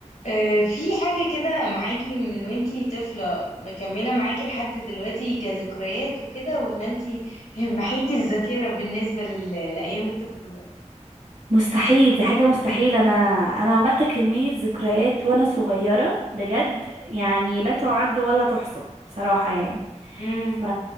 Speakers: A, on the left (about 75°); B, on the right (about 75°).
A: آه، في حاجة كده معاكي من وانتي طفلة مكملة معاكي لحد دلوقتي كذكريات وكده ولا انتي <laughs> محيتي الذاكرة بالنسبة لل... لأيام الطفولة؟
B: مستحيل دي حاجة مستحيل انا انا عملت كمية ذكريات وانا صغيرة بجد يعني لا تعد ولا تحصى بصراحة يعني
A: امم
B: ف